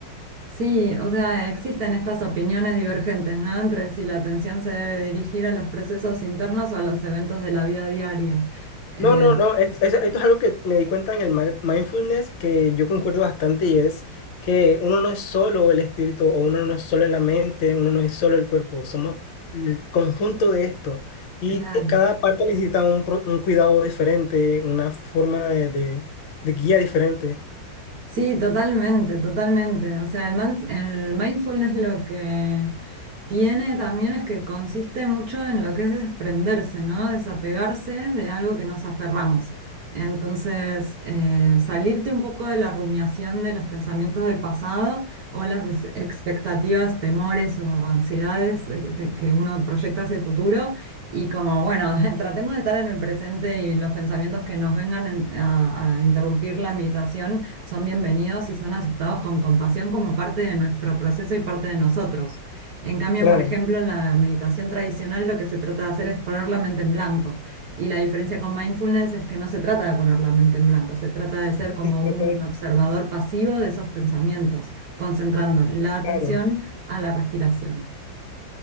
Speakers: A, on the right; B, on the left.
A: Sí, o sea, existen estas opiniones divergentes, ¿no? Entre si la atención se debe dirigir a los procesos internos o a los eventos de la vida diaria. Eh,
B: No, no, no, es- es- esto es algo que me di cuenta en el mi- mindfulness que yo concuerdo bastante y es que uno no es solo el espíritu o uno no es solo la mente, uno no es solo el cuerpo, somos el conjunto de esto y
A: claro.
B: eh, cada parte necesita un, pro- un cuidado diferente, una forma de, de- de guía diferente.
A: Sí, totalmente, totalmente. O sea, el, mindf- el mindfulness lo que tiene también es que consiste mucho en lo que es desprenderse, ¿no? Desapegarse de algo que nos aferramos. Entonces, eh, salirte un poco de la rumiación de los pensamientos del pasado o las ex- expectativas, temores o ansiedades eh, que te- que uno proyecta hacia el futuro y como, bueno, <laughs> tratemos de estar en el presente y los pensamientos que nos vengan en- a a interrumpir la meditación son bienvenidos y son aceptados con compasión como parte de nuestro proceso y parte de nosotros. En cambio,
B: Claro.
A: por ejemplo, en la meditación tradicional lo que se trata de hacer es poner la mente en blanco. Y la diferencia con mindfulness es que no se trata de poner la mente en blanco, se trata de ser como
B: Sí, sí,
A: un
B: pues,
A: observador pasivo de esos pensamientos, concentrando la atención
B: Claro.
A: a la respiración.